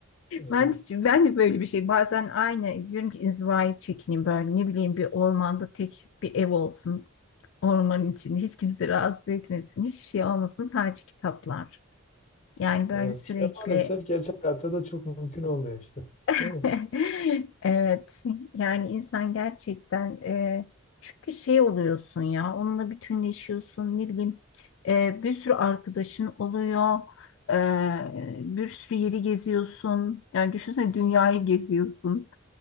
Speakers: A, on the left; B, on the left.
A: Evet.
B: Ben, ben de böyle bir şey. Bazen aynı diyorum ki inzivaya çekineyim böyle. Ne bileyim bir ormanda tek bir ev olsun. Ormanın içinde hiç kimse rahatsız etmesin. Hiçbir şey olmasın sadece kitaplar. Yani böyle
A: Evet.
B: sürekli
A: İşte maalesef gerçek hayatta da çok mümkün olmuyor işte. Değil
B: <laughs>
A: mi?
B: Evet, yani insan gerçekten e, çünkü şey oluyorsun ya onunla bütünleşiyorsun ne bileyim e, bir sürü arkadaşın oluyor e, bir sürü yeri geziyorsun yani düşünsene dünyayı geziyorsun